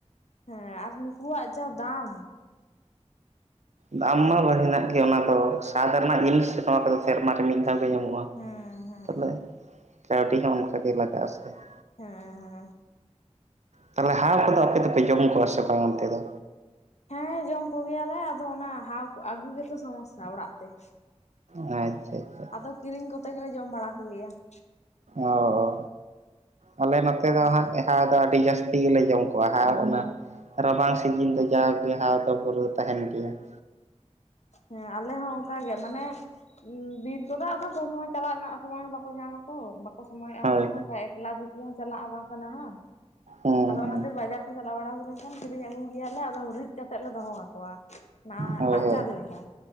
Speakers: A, on the left; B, on the right.
A: ᱦᱮᱸ ᱟᱨ ᱱᱩᱠᱩᱣᱟᱜ ᱡᱟ ᱫᱟᱢ ᱾
B: ᱫᱟᱢ ᱢᱟ ᱵᱷᱟᱜᱤᱱᱟᱜ ᱜᱮ ᱚᱱᱟ ᱫᱚ, ᱥᱟᱫᱷ ᱨᱮᱱᱟᱜ ᱡᱤᱱᱤᱥ ᱱᱚᱣᱟ ᱠᱚᱫᱚ ᱥᱮᱨᱢᱟ ᱨᱮ ᱢᱤᱫ ᱫᱷᱟᱣ ᱜᱮ ᱧᱟᱢᱚᱜᱼᱟ
A: ᱦᱮᱸ
B: ᱾
A: ᱦᱮᱸ
B: ᱛᱟᱦᱚᱞᱮ ᱠᱟᱹᱣᱰᱤ ᱦᱚᱸ ᱚᱱᱠᱟ ᱜᱮ ᱞᱟᱜᱟᱜᱼᱟ ᱥᱮ ᱾
A: ᱦᱮᱸ ᱦᱮᱸ ᱾
B: ᱛᱟᱦᱚᱞᱮ ᱦᱟᱣ ᱠᱚᱫᱚ ᱟᱯᱮ ᱫᱚᱯᱮ ᱡᱚᱢ ᱠᱚᱣᱟ ᱥᱮ ᱵᱟᱝ ᱚᱱᱛᱮ ᱫᱚ?
A: ᱦᱮᱸ ᱡᱚᱢ ᱠᱚ ᱜᱮᱭᱟᱞᱮ, ᱟᱫᱚ ᱚᱱᱟ ᱦᱟᱣ ᱟᱜᱩ ᱜᱮᱛᱚ ᱥᱚᱢᱚᱥᱥᱟ ᱚᱲᱟᱜ ᱛᱮ ᱾
B: ᱟᱪᱪᱷᱟ ᱟᱪᱪᱷᱟ
A: ᱟᱫᱚ ᱠᱤᱨᱤᱧ ᱠᱚᱛᱮ ᱜᱮᱞᱮ ᱡᱚᱢ ᱵᱟᱲᱟ ᱠᱚ ᱜᱮᱭᱟ ᱾
B: ᱚ ᱚ ᱟᱞᱮ ᱱᱚᱛᱮ ᱫᱚ
A: ᱦᱮᱸ
B: ᱦᱟᱸᱜ ᱦᱟᱣ ᱫᱚ ᱟᱹᱰᱤ ᱡᱟᱹᱥᱛᱤ ᱜᱮᱞᱮ ᱡᱚᱢ ᱠᱚᱣᱟ, ᱦᱟᱣ ᱚᱱᱟ ᱨᱟᱵᱟᱝ ᱥᱤᱡᱤᱱ ᱫᱚ ᱡᱟᱣᱜᱮ ᱦᱟᱣ ᱫᱚ ᱯᱩᱨᱟᱹ ᱛᱟᱦᱮᱱ ᱜᱮᱭᱟ ᱾
A: ᱦᱮᱸ ᱟᱞᱮ ᱦᱚᱸ ᱚᱱᱠᱟ ᱜᱮ, ᱢᱟᱱᱮ ᱵᱤᱨ ᱠᱚᱫᱚ ᱟᱫᱚ ᱥᱚᱵ ᱥᱚᱢᱚᱭ ᱪᱟᱞᱟᱜ ᱨᱮᱱᱟᱜ ᱥᱚᱢᱚᱭ ᱦᱚᱸ ᱵᱟᱠᱚ ᱧᱟᱢ ᱟᱠᱚ ᱾ ᱥᱚᱢᱚᱭᱚᱜᱼᱟ
B: ᱦᱳᱭ
A: ᱚᱠᱚᱭ ᱦᱚᱸ ᱚᱱᱠᱟ ᱮᱠᱞᱟ ᱫᱩᱠᱞᱟᱹ ᱦᱚᱸ ᱪᱟᱞᱟᱜᱼᱟ ᱵᱟᱝ ᱥᱟᱱᱟᱜ ᱦᱟᱸ
B: ᱦᱩᱸ
A: ᱟᱫᱚ
B: ᱦᱩᱸ
A: ᱚᱱᱟ ᱠᱷᱟᱹᱛᱤᱨ ᱵᱟᱡᱟᱨ ᱪᱟᱞᱟᱣ ᱵᱟᱲᱟ ᱦᱩᱭ ᱞᱮᱱᱠᱷᱟᱱ ᱠᱤᱨᱤᱧ ᱟᱹᱜᱩ ᱜᱮᱭᱟᱞᱮ ᱟᱫᱚ ᱨᱤᱫ ᱠᱟᱛᱮᱜ ᱞᱮ ᱫᱚᱦᱚ ᱠᱟᱠᱚᱣᱟ᱾ ᱚᱱᱟ
B: ᱦᱳᱭ
A: ᱟᱪᱟᱨ
B: ᱦᱳᱭ
A: ᱞᱮᱠᱟ